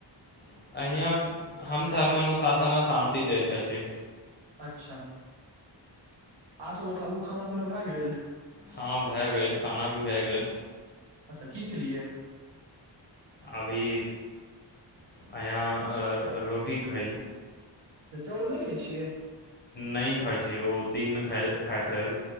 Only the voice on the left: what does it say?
अहिया हम धर्म अनुसाथ त शान्ति दैत अछि
हँ भए गेल खाना भी भए गेल
अभी यहाँ रोटी खैय
नहि खाइत छियै ओ दिनमे खा खाइत रहल